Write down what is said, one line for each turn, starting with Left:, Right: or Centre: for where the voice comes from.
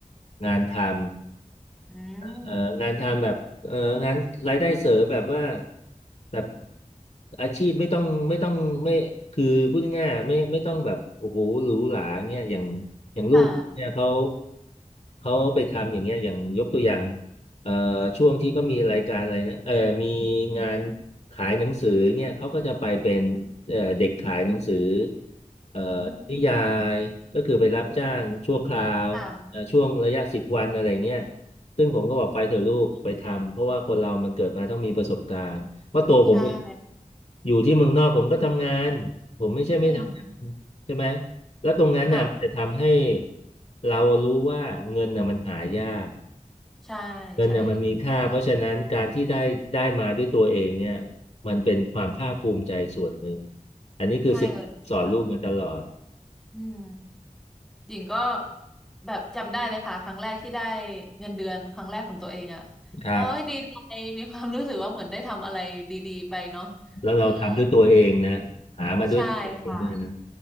Left: งานทำ
Centre: อืม
Left: เอ่องานทำแบบเอ่องานรายได้เสริมแบบว่าแบบอาชีพไม่ต้องไม่ต้องไม่คือพูดง่ายๆไม่ไม่ต้องแบบโอ้โหหรูหราเงี้ยอย่างอย่างลูกเนี่ยเขา
Centre: ค่ะ
Left: เขาไปทำอย่างเงี้ยอย่างยกตัวอย่างเอ่อช่วงที่เขามีรายการอะไรนะเออมีงานขายหนังสือเงี้ยเขาก็จะไปเป็นเอ่อเด็กขายหนังสือเอ่อนิยายก็คือไปรับจ้างชั่วคราว
Centre: อืมค่ะ
Left: เอ่อช่วงระยะสิบวันอะไรเงี้ยซึ่งผมก็บอกไปเถอะลูกไปทำเพราะว่าคนเรามันเกิดมาต้องมีประสบการณ์เพราะตัวผมเอง
Centre: ใช่
Left: อยู่ที่เมืองนอกผมก็ทำงานผมไม่ใช่ไม่ทำงาน
Centre: อืม
Left: ใช่ไหมแล้วตรงนั้นน่ะมันจะทำให้
Centre: ค่ะ
Left: เรารู้ว่าเงินน่ะมันหายาก
Centre: ใช่
Left: เงินน่ะมันมีค่าเพราะฉะนั้นการที่ได้ได้มาด้วยตัวเองเนี่ย
Centre: ใช่
Left: มันเป็นความภาคภูมิใจส่วนหนึ่งอันนี้คือสิ่งที่สอนลูกมาตลอด
Centre: ใช่เลยค่ะอืม หญิงก็แบบจำได้เลยค่ะครั้งแรกที่ได้เงินเดือนครั้งแรกของตัวเองอ่ะโอ้ยดีใจมีความรู้สึกว่าเหมือนได้ทำอะไรดีๆไปเนาะ
Left: ครับแล้วเราทำด้วยตัวเองนะหามาด้วยตัวเองด้วยนะ
Centre: อืมใช่ค่ะ